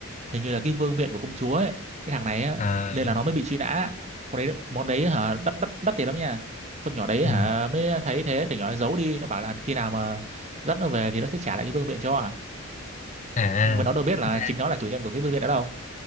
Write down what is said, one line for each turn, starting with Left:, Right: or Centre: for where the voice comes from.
Right: hình như là cái vương miện của công chúa ấy cái thằng này á
Left: à
Right: nên là nó mới bị truy nã món đấy món đấy hả đắt đắt đắt tiền lắm nha xong nhỏ đấy
Left: ừ.
Right: hả mới thấy thế thì nhỏ ấy giấu đi nó bảo là khi nào mà dắt nó về thì nó sẽ trả lại cái vương miện cho à
Left: à à,
Right: nhưng mà nó đâu biết là
Left: ra,
Right: chính nó là chủ nhân của cái vương miện đó đâu